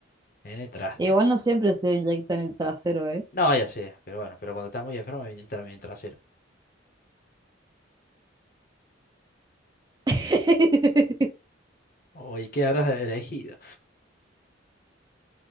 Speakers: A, on the left; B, on the right.
A: en el traste.
B: Igual no siempre se inyecta en el trasero, ¿eh?
A: No, ya sé, pero bueno, pero cuando estás muy enfermo me inyectan a mí en el trasero.
B: <laughs>
A: Oye, ¿qué habrás elegido?